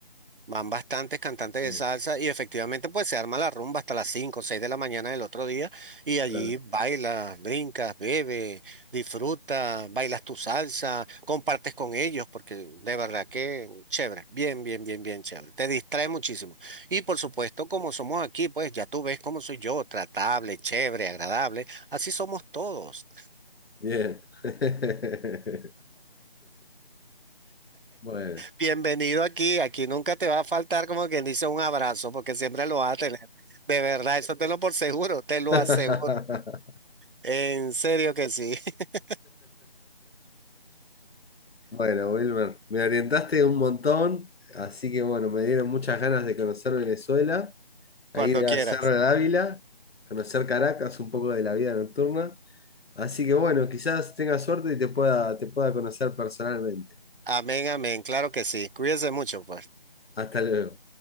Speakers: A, on the right; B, on the left.
A: Van bastantes cantantes
B: bien,
A: de salsa y efectivamente pues se arma la rumba hasta las 5 o 6 de la mañana del otro día y allí
B: claro.
A: bailas, brincas, bebes, disfrutas, bailas tu salsa, compartes con ellos porque de verdad que chévere, bien, bien, bien, bien chévere, te distrae muchísimo. Y por supuesto como somos aquí pues ya tú ves cómo soy yo, tratable, chévere, agradable, así somos todos.
B: Bien. <laughs> Bueno.
A: Bienvenido aquí, aquí nunca te va a faltar como quien dice un abrazo, porque siempre lo vas a tener. De verdad, eso te lo por seguro, te lo
B: <laughs>
A: aseguro. En serio que sí, <laughs>
B: Bueno, Wilmer, me orientaste un montón, así que bueno, me dieron muchas ganas de conocer Venezuela, a
A: cuando
B: ir a
A: quieras.
B: Cerro de Ávila, conocer Caracas, un poco de la vida nocturna. Así que bueno, quizás tenga suerte y te pueda, te pueda conocer personalmente.
A: Amén, amén, claro que sí. cuídense mucho, pues.
B: Hasta luego.